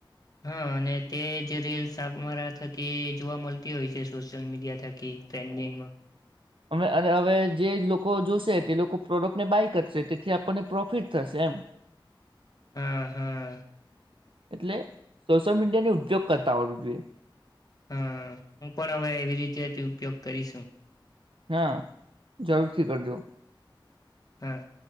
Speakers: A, on the left (about 45°); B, on the right (about 80°).
A: હા અને તે જે રીલ્સ સાંભળવા થકી જોવા મળતી હોય છે સોશિયલ મીડિયા થકી ટ્રેન્ડિંગમાં
B: અ અ હવે જે લોકો જોશે તે લોકો પ્રોડક્ટને બાય કરશે તેથી આપણને પ્રોફિટ થશે એમ.
A: હમ હમ.
B: એટલે સોશિયલ મીડિયાને ઉપયોગ કરતા આવડવું જોઈએ.
A: હા હું પણ હવે એવી રીતે જ ઉપયોગ કરીશું.
B: હા જરૂરથી કરજો.
A: હમ.